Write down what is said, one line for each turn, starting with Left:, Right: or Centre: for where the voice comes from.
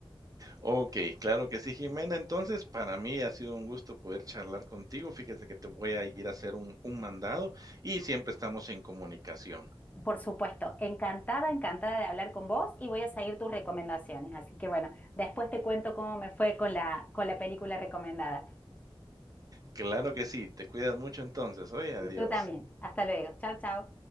Right: Ok, claro que sí, Jimena. Entonces, para mí ha sido un gusto poder charlar contigo. Fíjese que te voy a ir a hacer un, un mandado y siempre estamos en comunicación.
Left: Por supuesto, encantada, encantada de hablar con vos y voy a seguir tus recomendaciones. Así que bueno, después te cuento cómo me fue con la, con la película recomendada.
Right: Claro que sí, te cuidas mucho entonces. Oye, adiós.
Left: Tú también. Hasta luego. Chao, chao.